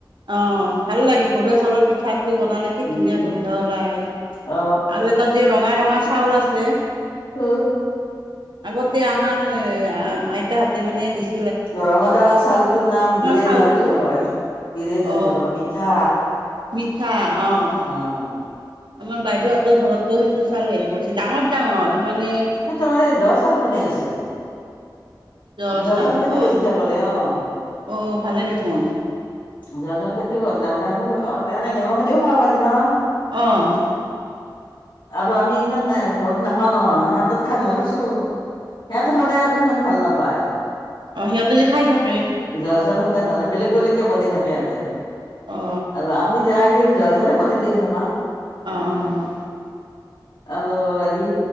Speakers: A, on the right; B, on the left.
A: অঁ ভাল লাগে। ঘৰুৱা চাউলৰ পিঠাটো বনালে কি
B: উম
A: ধুনীয়া গোন্ধ ওলায়।
B: অ
A: আৰু এটা যি ৰঙা, ৰঙা চাউল আছে।
B: হুম'
A: আগতে আমাৰ আইতাহতে মানে দিছ-
B: ৰঙা ৰঙা চাউলটোৰ নাম বিৰেই
A: চাউলটো
B: ধান বুলি কয়, বিৰেই ধান
A: অ
B: বুলি কয়, মিঠা।
A: মিঠা অঁ'।
B: অঁ'
A: আমাৰ বাইদেউহঁতৰ ঘৰতো সেইটো চাউল হেৰি কৰিছে, ডাঙৰ ডাঙৰ মানে-
B: মোক ক সেই জৱা চাউল গোনাই আছে।
A: জ
B: জৱা
A: চাউল
B: চাউলৰ খেতি
A: অ
B: বেছিকে কৰে অঁ'।
A: অ' ভালে দেখোন।
B: জহা চাউলৰ খেতি কৰো তাৰমানে, এনে নেমখেদিও খাব পাৰি ন'।
A: অঁ'
B: আৰু আমি ইমান নাই ঘৰত নাখাওঁ নহয়, সেত- তত খাই ভাল
A: উম
B: পাইছোঁ। সেহঁতে সদায় আকৌ সিমান ভাল নাপায়।
A: অঁ, সিহঁতে যে খাই থাকে।
B: জহা চাউল সদায় ভাল নাপা, বেলেগ বেলেগকে বনাই থাকে সিহঁতে।
A: অ
B: আৰু আমি যাই কেদিন জহা- জলপানি দি আছে আমাক।
A: অঁ অঁ'
B: আৰু হেৰি